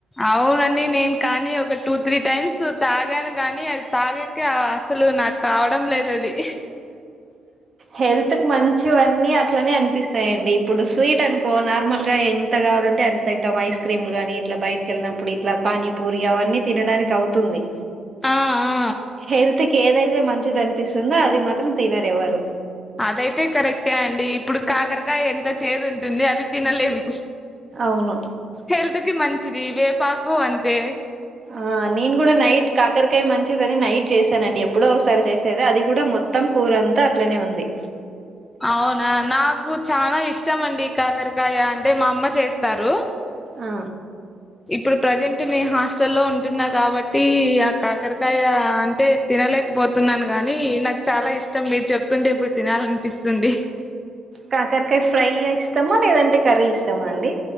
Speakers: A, on the left; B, on the right.
A: అవునండి, నేను కానీ ఒక టూ త్రీ టైమ్స్ తాగాను గానీ అది తాగే కె అసలు నాకు కావడం లేదు అది.
B: హెల్త్ కి మంచివన్నీ అట్లనే అనిపిస్తయండి, ఇప్పుడు స్వీట్ అనుకో నార్మల్ గా ఎం ఎంత కావాలంటే అంత తింటాం, ఐస్ క్రీమ్లు గాని ఇట్ల బయటకి వెళ్ళినప్పుడు ఇట్ల పానీపూరి అవన్నీ తినడానికి అవుతుంది.
A: ఆ ఆ
B: హెల్త్ కి ఏదైతే మంచిది అనిపిస్తుందో అది మాత్రం తినరు ఎవ్వరు.
A: అదైతే కరెక్టే అండి, ఇప్పుడు కాకరకాయ ఎంత చేదు ఉంటుంది అది తినలేము.
B: అవును
A: హల్త్కి మంచిది, వేపాకు అంతే.
B: ఆ నేను గుడ నైట్ కాకరకాయ మంచిదని నైట్ చేసానండి, ఎప్పుడో ఒకసారి చేసేది అది కూడా మొత్తం కూర అంతా అట్లనే ఉంది.
A: అవునా నాకు చాలా ఇష్టం అండి కాకరకాయ అంటే, మా అమ్మ చేస్తారు.
B: ఆ
A: ఇప్పుడు ప్రజెంట్ నేను హాస్టల్లో ఉంటున్నా కాబట్టి, ఆ కాకరకాయ అంటే తినలేకపోతున్నాను గాని, నాకు చాలా ఇష్టం మీరు చెప్తుంటే ఇప్పుడు తినాలనిపిస్తుంది.
B: కాకరకాయ ఫ్రై ఇస్టమా, లేదంటే కర్రీ ఇష్టమా అండి?